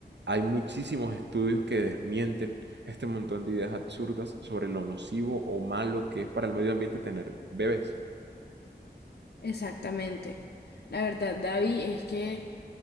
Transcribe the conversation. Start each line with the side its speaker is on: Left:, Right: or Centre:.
Right: hay muchísimos estudios que desmienten este montón de ideas absurdas sobre lo nocivo o malo que es para el medio ambiente tener bebés.
Left: Exactamente. La verdad, David, es que